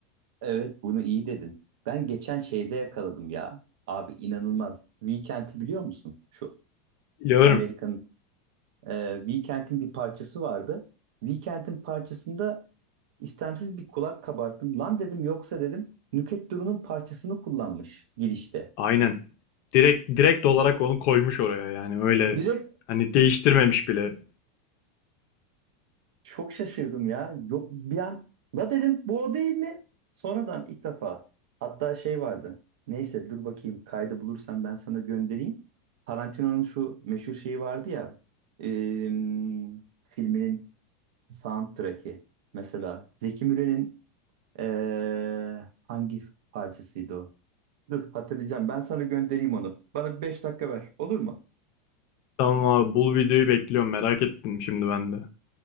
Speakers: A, on the right; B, on the left.
A: Evet, bunu iyi dedin. Ben geçen şeyde yakaladım ya. Abi inanılmaz. Weekend'i biliyor musun? Şu
B: Biliyorum.
A: Amerika'nın e, Weekend'in bir parçası vardı. Weekend'in parçasında istemsiz bir kulak kabarttım. Lan dedim yoksa dedim Nükhet Duru'nun parçasını kullanmış girişte.
B: Aynen. Direkt direkt olarak onu koymuş oraya yani öyle
A: Direkt
B: hani değiştirmemiş bile.
A: Çok şaşırdım ya. Yok bir an la dedim bu o değil mi? Sonradan ilk defa. Hatta şey vardı. Neyse dur bakayım kaydı bulursam ben sana göndereyim. Tarantino'nun şu meşhur şeyi vardı ya. em, filminin soundtrack'i. Mesela Zeki Müren'in eee, hangi parçasıydı o? Dur hatırlayacağım. Ben sana göndereyim onu. Bana 5 dakika ver. Olur mu?
B: Tamam abi bul videoyu bekliyorum merak ettim şimdi ben de.